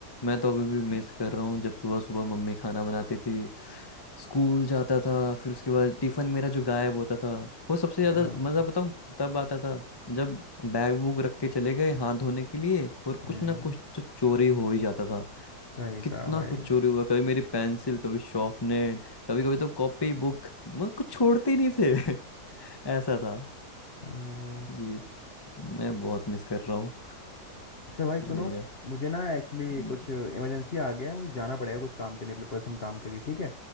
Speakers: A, on the left; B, on the left.
A: मैं तो अभी भी मिस कर रहा हूँ जब सुबह सुबह मम्मी खाना बनाती थी स्कूल जाता था फिर उसके बाद टिफिन मेरा जो गायब होता था वो सबसे
B: हाँ,
A: ज्यादा मजा बताऊँ तब आता था जब बैग वूग रख के चले गए हाथ धोने के लिए और
B: हम्म
A: कुछ ना कुछ तो चोरी हो ही जाता था
B: सही
A: कितना
B: कहा भाई
A: कुछ चोरी हुआ कभी मेरी पेंसिल कभी शार्पनर कभी कभी तो कॉपी बुक मैं कुछ छोड़ते ही नहीं थे <laughs> ऐसा था
B: हाँ,
A: जी मैं बहुत मिस कर रहा हूँ
B: अच्छा भाई सुनो
A: वही है
B: मुझे ना एक्चुअली
A: हम्म।
B: कुछ इमरजेंसी आ गया है मुझे जाना पड़ेगा कुछ काम के लिए अपने पर्सनल काम के लिए ठीक है